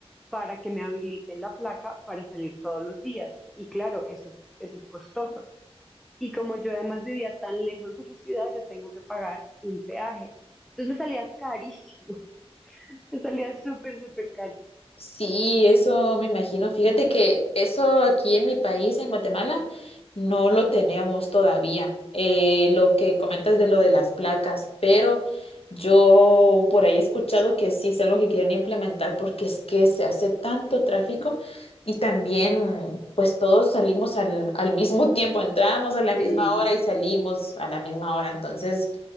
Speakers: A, in the centre; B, on the left.
A: para que me habiliten la placa para salir todos los días. Y claro, eso es, eso es costoso. Y como yo además vivía tan lejos de su ciudad, yo tengo que pagar un peaje. Entonces me salía carísimo, <laughs> me salía súper, súper caro,
B: Sí, eso me imagino. Fíjate que eso aquí en mi país, en Guatemala, no lo tenemos todavía. Eh, lo que comentas de lo de las placas, pero yo por ahí he escuchado que sí es algo que quieren implementar porque es que se hace tanto tráfico y también pues todos salimos al, al mismo <laughs> tiempo, entramos a la misma
A: Sí,
B: hora y salimos a la misma hora. Entonces...